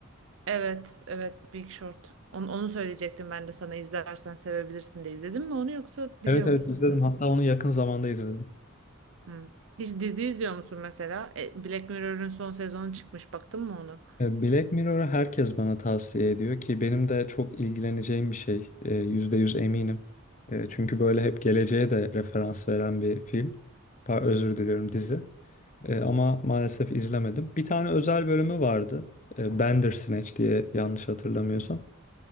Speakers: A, on the right (about 65°); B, on the left (about 35°).
A: Evet, evet Big Short. Onu, onu söyleyecektim ben de sana izlersen sevebilirsin de. İzledin mi onu yoksa biliyor
B: Evet evet
A: musun
B: izledim.
A: sadece?
B: Hatta onu yakın zamanda izledim.
A: Hmm. Hiç dizi izliyor musun mesela? E, Black Mirror'ın son sezonu çıkmış. Baktın mı onu?
B: E, Black Mirror'ı herkes bana tavsiye ediyor ki benim de çok ilgileneceğim bir şey. E, yüzde yüz eminim. E, Çünkü böyle hep geleceğe de referans veren bir film. Pa- Özür diliyorum dizi. E, Ama maalesef izlemedim. Bir tane özel bölümü vardı. E, Bandersnatch diye yanlış hatırlamıyorsam.